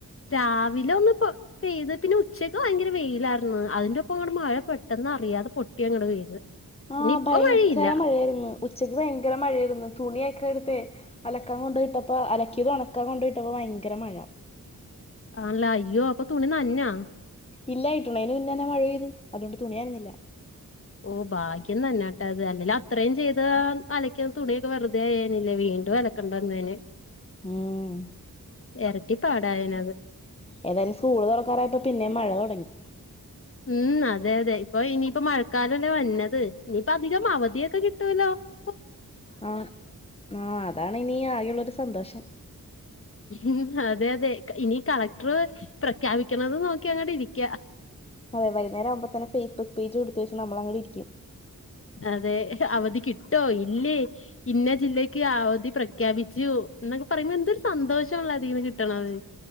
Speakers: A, on the left; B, on the left.
A: രാവിലെ ഒന്ന്പ്പോ പെയ്ത് പിന്നെ ഉച്ചക്ക് ഭയങ്കര വെയിലാരുന്നു അതിന്റെ ഒപ്പം അങ്ങട് മഴ പെട്ടെന്ന് അറിയാതെ പൊട്ടി അങ്ങട് പെയ്ത്
B: ആഹ്
A: പിന്നെ ഇപ്പൊ
B: ഭയങ്കര
A: മഴയില്ല
B: മഴയാര്ന്നു ഉച്ചക്ക് ഭയങ്കര മഴാരുന്ന് തുണി ഒക്കെ എടുത്തേയ് അലക്കാൻ കൊണ്ടോയിട്ടപ്പോ അലക്കിയത് ഒണക്കാൻ കൊണ്ടോയിട്ടപ്പോ ഭയങ്കര മഴ
A: ആണല്ലേ അയ്യോ അപ്പൊ തുണി നൻഞ്ഞോ
B: ഇല്ലാ ഇടണേനു മുന്നന്നെ മഴ പെയ്ത് അതുകൊണ്ട് തുണി നനഞ്ഞില്ല
A: ഓഹ് ഭാഗ്യം തന്നെട്ടെ അത് അല്ലെ അത്രയും ചെയ്ത് ആ അലക്കിയ തുണിയൊക്കെ വെറുതെ ആയെനില്ലേ വീണ്ടും അല കണ്ടന്നേന്
B: ഉം
A: എരട്ടി പാടായേനത്
B: ഏതായാലും സ്കൂള് തൊറക്കാറായപ്പോ പിന്നേം മഴ തൊടങ്ങി
A: ഉം അതെ അതെ ഇപ്പൊ ഇനിയിപ്പോ മഴക്കാലം അല്ലേ വര്ന്നത് ഇനിയിപ്പം അധികം അവധിയൊക്കെ കിട്ട്‌വല്ലോ? ഉ
B: ആഹ് ആഹ് അതാണ് ഇനി ആകെയുള്ളൊരു സന്തോഷം.
A: ഉം അതെ അതെ ഇനി കളക്ട്ർ പ്രഖ്യാപിക്കണത് നോക്കി അങ്ങട്ടിരിക്ക.
B: അതെ വൈന്നേരം ആകുമ്പോതന്നെ ഫേസ്ബുക്ക് പേജൂട്തേച്ച് നമ്മളങ്ങ്ടിരിക്കും.
A: അതെ അവധി കിട്ടോ ഇല്ലേ ഇന്ന ജില്ലയ്ക്ക് അവധി പ്രഖ്യാപിച്ചു ന്നൊക്കെ പറയുമ്പോ എന്തൊരു സന്തോഷണല്ലോ അതിന്ന് കിട്ടണത്.